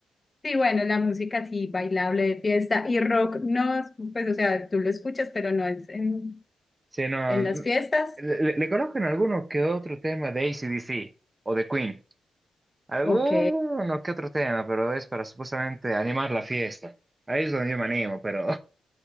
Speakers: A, on the left; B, on the right.
A: sí, bueno, la música sí, bailable de fiesta y rock, no, pues o sea, tú lo escuchas, pero no es en,
B: Sí, no,
A: en
B: n-
A: las fiestas,
B: le, le- le colocan alguno que otro tema de AC/DC o de Queen. Alguno
A: ok.
B: que otro tema, pero es para supuestamente animar la fiesta. Ahí es donde yo me animo, pero